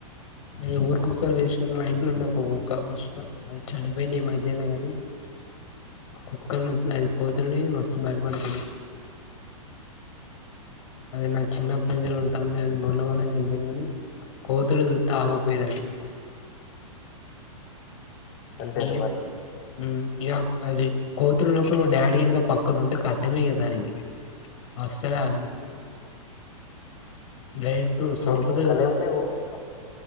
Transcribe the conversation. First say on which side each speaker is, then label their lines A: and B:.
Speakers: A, on the left; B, on the left.
A: ఈ ఊరు కుక్కలు వేస్టే మా ఇంట్ల ఉండే ఒక కుక్క ఫస్ట్ల అది చనిపోయింది ఈ మధ్యల్నే కాని
B: ఆహో
A: కుక్కల్ని అది కోతుల్ని మస్తు భయపడుతది అదే నా చిన్నట్టి నుంచేలీ ఉంటాంది అది మొన్నమొన్ననే చనిపోయింది కానీ కోతుల్ని సుతే ఆగకపోయేదది
B: చనిపోయిందా
A: మీయ్యో
B: మరి
A: మ్ ఇగ అది కోతులున్నప్పుడు మా డాడీ గినుక పక్కన ఉంటే కతమే ఇగ దానికి అస్సలే ఆగదు గైడ్ టు సంపూతది
B: గొర్రె కుక్క
A: గుతాం
B: లేకపోతే ఊరు కుక్క